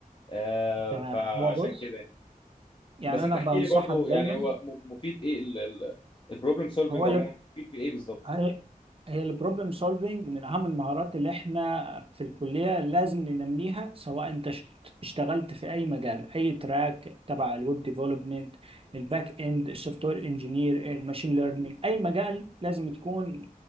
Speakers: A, on the left; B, on the right.
A: آه،
B: تمام
A: فعشان
B: هو بص
A: كده يعني.
B: يعني
A: بس
B: انا
A: انت
B: بنصحك
A: احكي لي برضو
B: دايما
A: يعني هو م- مفيد ايه البروبلم سولفنج
B: هو اللي
A: عموما مفيد في ايه بالظبط
B: هي هي البروبلم سولفنج من اهم المهارات اللي احنا في الكليه لازم ننميها سواء انت اشت- اشتغلت في اي مجال اي تراك تبع الويب ديفلوبمنت الباك اند السوفت وير انجينير الماشين ليرنينج اي مجال لازم تكون